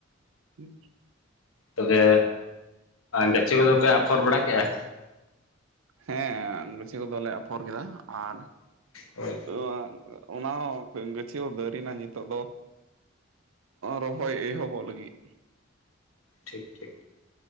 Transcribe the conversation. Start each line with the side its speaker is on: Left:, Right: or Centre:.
Right: ᱦᱸ
Left: ᱛᱚᱵᱮ ᱜᱟᱹᱪᱷᱤ ᱠᱚᱼᱫᱚ ᱯᱮ, ᱟᱯᱷᱚᱨ ᱵᱟᱲᱟ ᱠᱮᱫᱮᱜᱼᱟ᱾
Right: ᱦᱮᱸ ᱜᱟᱪᱷᱤ ᱠᱚᱫᱚᱞᱮ ᱟᱯᱷᱚᱨ ᱠᱮᱫᱟ᱾ ᱟᱨ
Left: ᱦᱳᱭ
Right: ᱟ ᱚᱱᱟ ᱦᱚᱸ ᱜᱟᱹᱪᱷᱤ ᱦᱚᱸ ᱫᱟᱹᱨᱱᱟ᱾ ᱱᱤᱛᱚᱜ ᱫᱚᱸ ᱨᱚᱦᱚᱭ ᱮᱦᱚᱵᱚ-ᱜ ᱞᱟᱹᱜᱤᱫ᱾
Left: ᱴᱷᱤᱠ ᱴᱷᱤᱠ